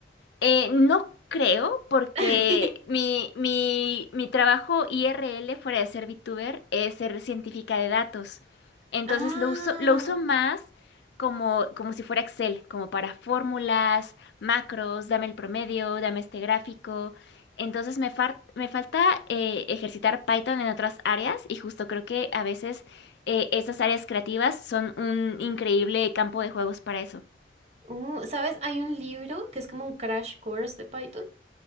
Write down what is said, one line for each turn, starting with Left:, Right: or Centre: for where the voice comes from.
Left: Eh, no creo, porque
Right: <laughs>
Left: mi, mi, mi trabajo IRL fuera de ser VTuber es ser científica de datos. Entonces
Right: Ah.
Left: lo uso, lo uso más como, como si fuera Excel, como para fórmulas, macros, dame el promedio, dame este gráfico. Entonces me, far- me falta eh, ejercitar Python en otras áreas y justo creo que a veces eh, esas áreas creativas son un increíble campo de juegos para eso.
Right: Uh, ¿sabes? Hay un libro que es como un crash course de Python